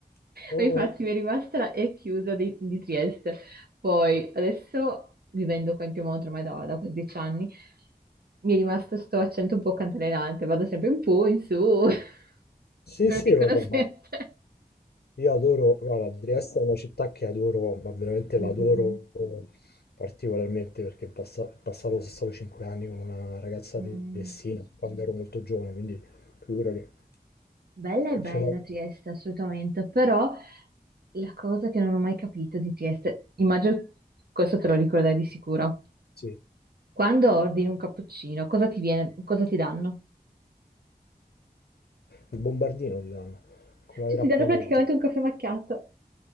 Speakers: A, on the left; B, on the right.
A: Oh.
B: E Infatti mi è rimasta la E chiusa di, di Trieste. Poi adesso vivendo qua in Piemonte ormai da, da quasi dieci anni, mi è rimasto sto accento un po' cantalenante, vado sempre in po', in su, <laughs>
A: Sì,
B: me
A: sì,
B: lo dicono
A: vabbè,
B: sempre.
A: ma io adoro, guarda, Trieste è una città che adoro, ma veramente
B: Mm,
A: l'adoro
B: mm,
A: particolarmente perché in, passa- in passato sono stato 5 anni con una ragazza
B: mm,
A: di
B: mm.
A: Messina quando ero molto giovane, quindi figurati,
B: Bella è bella
A: ce l'ho,
B: Trieste, assolutamente, però la cosa che non ho mai capito di Trieste, immagino questo te lo ricorderai di sicuro.
A: sì,
B: Quando ordini un cappuccino, cosa ti viene, cosa ti danno?
A: il bombardino ti danno con
B: Cioè,
A: la grappa
B: ti danno praticamente
A: dentro.
B: un caffè macchiato.